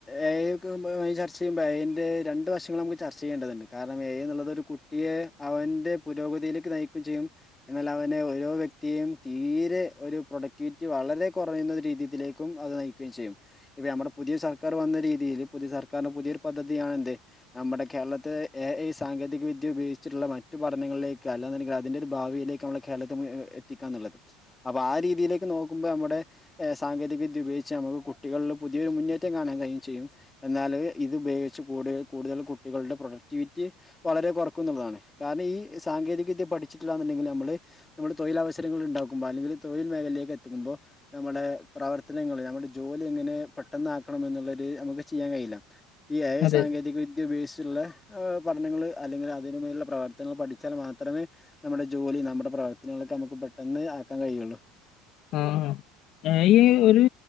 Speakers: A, on the left; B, on the left.
A: ഏ അയ്ക് പോകുമ്പൊ ചർച്ച ചെയ്യുമ്പോ അയ്ന്റെ രണ്ട് വഷങ്ങള് നമുക്ക് ചർച്ച ചെയ്യേണ്ടതുണ്ട്. കാരണം ഏ അയ് എന്നുള്ളത് ഒരു കുട്ടിയെ അവന്റെ പുരോഗതിയിലേക്ക് നയിക്കെം ചെയ്യും. എന്നാൽ അവനെ ഓരോ വ്യക്തിയേയും തീരെ ഒരു പ്രൊഡക്ടിവിറ്റി വളരെ കുറയുന്ന രീതിയിലേക്കും അത് നയി ക്കുകയും ചെയ്യും. ഇപ്പം നമ്മുടെ പുതിയൊരു സർക്കാർ വന്ന രീതിയിൽ പുതിയ സർക്കാരിന്റെ പുതിയൊരു പദ്ധതിയണ് എന്ത് നമ്മടെ കേരളത്തെ. ഏ ഐ സാങ്കേതിക വിദ്യ ഉപയോഗിച്ചിട്ടുള്ള മാ മറ്റ് പഠനങ്ങളിലേക്ക് അല്ലാന്ണ്ടെങ്കിൽ അതിന്റെ ഒരു ഭാവിയിലേക്ക് നമ്മളെ കേളത്തെ എത്തിക്കാന്ന്ള്ളത്. അപ്പൊ ആ രീതിയിലേക്ക് നോക്കുമ്പോ നമ്മുടെ സാങ്കേതിക വിദ്യ ഉപയോഗിച്ച് നമുക്ക് കുട്ടികളില്. പുതിയൊരു മുന്നേറ്റം കാണാൻ കഴിയും ചെയ്യും. എന്നാല് ഇത് ഉപയോഗിച്ച് കൂടുതൽ കൂടുതൽ കുട്ടികളുടെ പ്രൊഡക്ടിവിറ്റി. വളരെ കുറക്കുംന്ന്ള്ളതാണ് കാരണം ഈ സാങ്കേതിക വിദ്യ പഠിച്ചിട്ടില്ലാന്ന്ണ്ടെങ്കി നമ്മള് നമ്മള് തൊഴിലവസരങ്ങൾ ഇണ്ടാക്കുമ്പോ അല്ലെങ്കിൽ തൊഴിൽ മേഖലയിലേക്ക് എത്തിക്കുമ്പൊ. നമ്മുടെ പ്രവർത്തനങ്ങള് നമ്മുടെ ജോലി എങ്ങനെ. പെട്ടെന്ന് ആക്കണം എന്ന്ള്ളൊരു നമുക്ക് ചെയ്യാൻ കഴിയില്ല ഈ ഏ ഐ
B: അതെ
A: സാങ്കേതിക വിദ്യ ഉപയോഗിച്ചുട്ട്ള്ള. ഏഹ് പഠനങ്ങൾ അല്ലെങ്കിൽ അതിന് മേലുള്ള പ്രവർത്തനങ്ങൾ പഠിച്ചാൽ മാത്രമേ. നമ്മുടെ ജോലി നമ്മുടെ പ്രവർത്തനങ്ങളൊക്കെ നമുക്ക് പെട്ടെന്ന് ആക്കാൻ കഴിയൊള്ളു.
B: ആഹ് ആഹ് ഏ ഐ ഒരു.